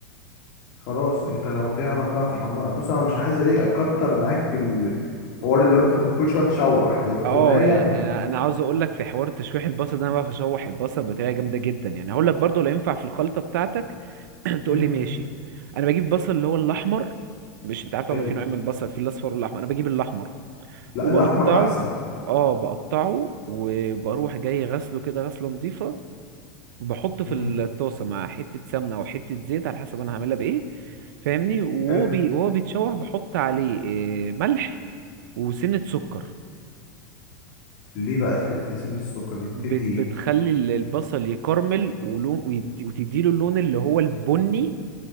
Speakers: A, on the left; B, on the right.
A: خلاص انت لو تعرف بقى تحمر بص انا مش عايز ايه اكتر معاك في الحوار اللي هو انت كل شوية تشوح لو تومية
B: اه يعني
A: م...
B: انا أنا عاوز اقول لك في حوار تشويح البصل ده انا بعرف اشوح البصل بطريقه جامده جدا يعني هقول لك برضو لا ينفع في الخلطه بتاعتك <clears throat> تقول
A: مم.
B: لي ماشي انا بجيب بصل اللي هو الاحمر مش انت عارف طبعا
A: حلو
B: في نوعين من البصل في الاصفر والاحمر انا بجيب الاحمر
A: لا
B: وبقطعه
A: الاحمر احسن
B: اه بقطعه وبروح جاي غسله كده غسله نظيفه بحطه في
A: مم.
B: الطاسه مع حته سمنه او حته زيت على حسب انا هعملها بايه فاهمني وهو
A: حلو
B: بي... وهو بيتشوح بحط عليه آه، ملح وسنه سكر
A: ليه بقى حت- سن السكر دي بتدي
B: بت-
A: ايه
B: بتخلي ال- البصل يكرمل ولون ويدي... وتديله اللون اللي هو البني